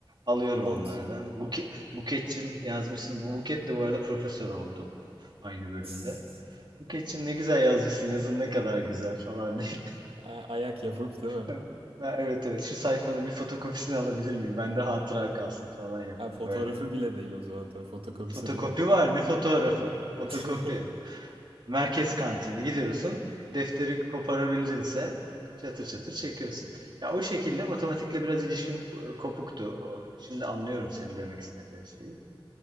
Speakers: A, on the right; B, on the right.
A: Alıyorum
B: Not.
A: onlardan. Buke, Buketçim yazmışsın. Bu Buket de bu arada profesör oldu <laughs> aynı bölümde.
B: Tss.
A: Buketçim ne güzel yazmışsın. Yazın ne kadar güzel falan deyip
B: A- Ayak yapıp değil mi?
A: Ben- Evet evet şu sayfanın bir fotokopisini alabilir miyim? Bende hatıra kalsın falan yapıp
B: Ha fotoğrafı
A: böyle.
B: bile değil o zaman tabii fotokopisi
A: Fotokopi
B: değil mi?
A: var ne fotoğrafı?
B: <laughs>
A: Fotokopi. Merkez kantine gidiyorsun. Defteri koparabildinse çatır çatır çekiyorsun. Ya o şekilde matematikle biraz ilişkim e, kopuktu. O- Şimdi anlıyorum senin demek istediğin şeyi.